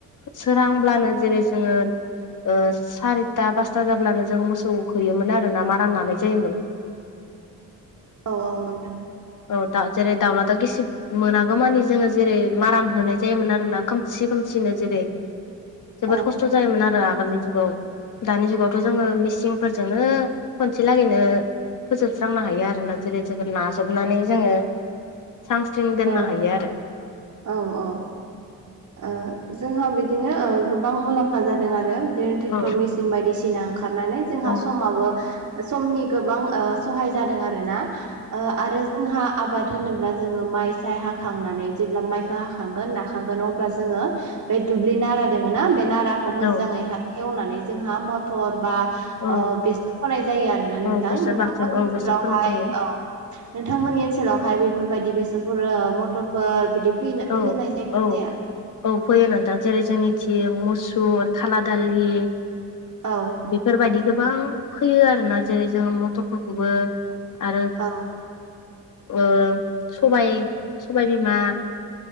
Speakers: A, on the left; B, on the right.
A: सोरांब्लानो जे जेरै जोङो ओ सारिथा पासथा जाब्लानो जों मोसौ होयोमोन आरो ना मारा लानाय जायोमोन।
B: <inaudible> औ औ नोंथां।
A: औ दा जेरै दावला दाव गिसिब मोनागौ मानि जोङो जेरै मारान होनाय जायोमोन आरोना खोमसि खोमसिनो जेरै जोबोद
B: औ
A: खस्थ' जायोमोन आरो आ आगोलनि जुगाव दानि जुगावथ' जोङो मिसिंफोरजोंनो खनसे लागैनो फोजोबस्रांनो हायो आरोना जेरै जोङो नाजबनानै जोङो स्रां स्रिं दोननो
B: औ
A: हायो आरो
B: औ औ ओ जोंहा बिदि दिनो ओ गोबां मुलाम्फा जादों आरो। <unintelligible> टेक्थर
A: औ
B: मिचिन बायदिसिना ओंखारनानै जोंहा
A: औ
B: समाबो समनि गोबां ओ सहाय जादों आरो ना ओ आरो जोंहा आबाद होनोब्ला जोङो माइ जाय हाखांनानै जेब्ला माइखौ हाखांगोन नाखांगोन अब्ला जोङो बै दुब्लि नारा दोङोना बे ना राखौ मोजाङैहा
A: औ
B: हेवनानै जोंहा मथर बा
A: औ
B: ओ बेसर फोनाय जायो आरोना
A: औ
B: नोंथां
A: बेसोर
B: नोंथांमोननि
A: बांसिन औ
B: ओनसोलावहाय
A: बेसोर फोनाय जायो
B: औ। नोंथांमोननि ओनसोलावहाय बेफोरबायदि बेसरफोर मथरफोर बिदि फैनो
A: औ
B: फोनाय जायो
A: औ
B: ना जाया
A: औ फैयो नोंथां जेरै जोंनिथि मु सुर खाला दालि
B: औ
A: बेफोरबायदिखो गोबां फैयो आरोना जेरै जोङो मथरफोरखौबो आरो
B: औ
A: ओ सबाय सबाय बिमा।